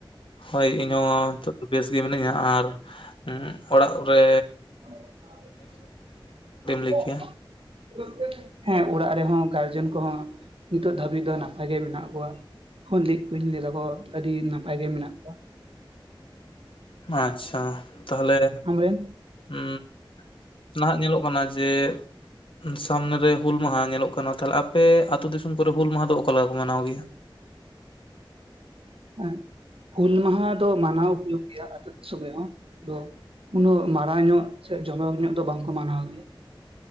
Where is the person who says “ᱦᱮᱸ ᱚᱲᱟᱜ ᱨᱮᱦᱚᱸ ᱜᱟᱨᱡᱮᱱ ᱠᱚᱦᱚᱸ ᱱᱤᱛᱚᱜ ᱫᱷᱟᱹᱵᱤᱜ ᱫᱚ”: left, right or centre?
Right